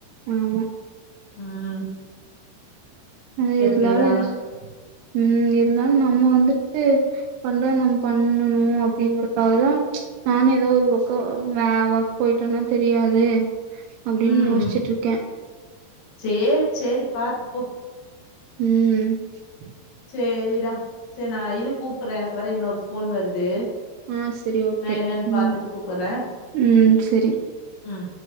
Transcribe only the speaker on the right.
ஆமா
அது
இருந்தாலு என்ச் ம் இருந்தாலு நம்ம வந்துட்டு பண்றது நம்ம பண்ணனு அப்டின்றக்காக தா நானு ஏதோ ஒரு ஒக்கோ வே ஒர்க் போயிட்டோன்னா தெரியாது அப்டின்னு
யோசிச்சுட்டு இருக்கே
ம் ம்
ஆ சரி ஓகே
ம்
ம் சரி